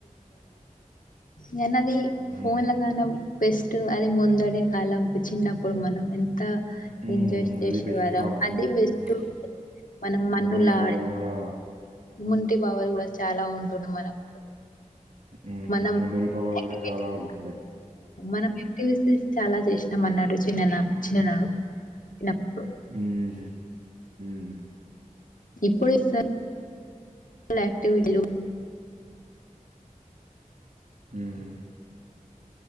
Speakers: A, on the left (about 80°); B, on the right (about 80°).
A: నేనది అది
B: హ్మ్.
A: ఫోన్ ల గానవ్ పెస్ట్ అది ముందుడే కాలం చిన్నప్పుడు మనం ఎంత అంత
B: హ్మ్.
A: ఎంజాయ్ చేశేవారం
B: అది బెస్ట్ కాలం.
A: అదే బెస్ట్
B: హ్మ్.
A: మనం మన్నులా
B: మెమరీ పవర్
A: ఆడే
B: గూడా
A: ముంటి బవర్ కూడా చాలా ఉంటుడు మనకు
B: హ్మ్.
A: మనంక్విటీ
B: మెమరీ పవర్ గూడా చాలా ఉంటుండే.
A: మనం యాక్టివిటీస్ చాలా చేసాం అన్నాడు చిన్ననా చిన్ననాడు చిన్నప్పుడు
B: హ్మ్. హ్మ్
A: ఇప్పుడుటివిటీ
B: ఉమ్